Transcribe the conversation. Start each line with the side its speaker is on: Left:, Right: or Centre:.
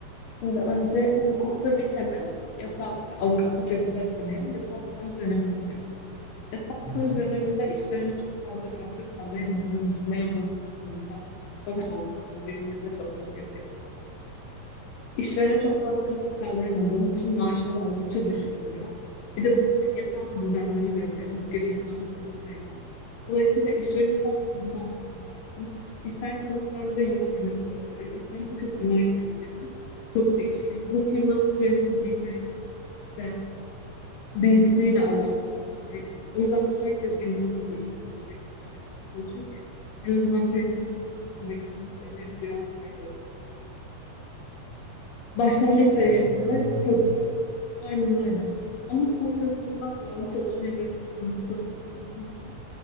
Left: şimdi öncelikle hukukta bir sene yasal avukatlık yapacaksan eğer yasal staj dönemin oluyor. Yasal
Right: Hı
Left: staj
Right: hı.
Left: döneminde işverene çok fazla katkı sağlayamadığın için veya bağımsız çalışan zaten olmasın. Birinin yanında çalışmaya gerek yasal İşverene çok fazla katkı sağlayamadığın için maaşın da oldukça düşük oluyor. Bir de bunun için yasal bir düzenleme de yok. Bir asgari maaş limiti de yok. Dolayısıyla işvereni tamamen inisiyatifine kalmışsın. İstersen ona sadece yol yemek parası verir, isterse 40 bin lira koyar cebine. Çok değişken. Bu firmanın prestijiyle, işte büyüklüğüyle alakalı bir şey. O yüzden herkes genelde böyle iyi firmalara giriş yapmaya çalışıyor ki en azından prestijini kaybetmek için stajyerine biraz para veriyor. Başlangıç
Right: Ya işte
Left: seviyesinde
Right: her sektörde olduğu
Left: kötü.
Right: gibi.
Left: Aynen öyle. Ama sonrasında bağlı çalışmayı bırakıp bağımsız avukat olduğum zaman